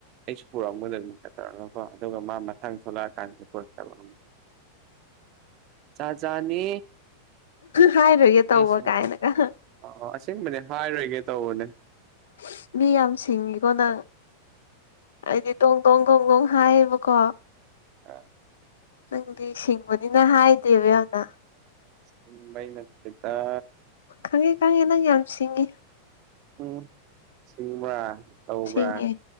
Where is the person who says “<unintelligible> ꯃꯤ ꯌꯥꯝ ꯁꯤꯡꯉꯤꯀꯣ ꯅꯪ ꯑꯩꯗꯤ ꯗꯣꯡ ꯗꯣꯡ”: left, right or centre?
Left